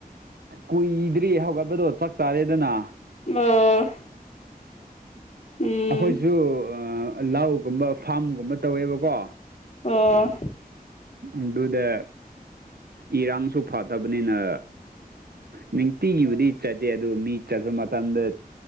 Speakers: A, on the right; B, on the left.
A: ꯀꯨꯏꯗ꯭ꯔꯤ ꯍꯧꯒꯠꯄꯗꯣ ꯆꯥꯛ ꯆꯥꯔꯦꯗꯅ
B: ꯑ ꯎꯝ
A: ꯑꯩꯈꯣꯏꯁꯨ ꯂꯥꯎꯒꯨꯝꯕ ꯐꯥꯝꯒꯨꯝꯕ ꯇꯧꯋꯦꯕꯀꯣ
B: ꯑꯣ
A: ꯑꯗꯨꯗ ꯏꯔꯥꯡꯁꯨ ꯐꯊꯕꯅꯤꯅ ꯅꯨꯡꯇꯤꯒꯤꯕꯨꯗꯤ ꯆꯠꯇꯦ ꯑꯗꯨ ꯃꯤ ꯆꯠꯄ ꯃꯇꯝꯗ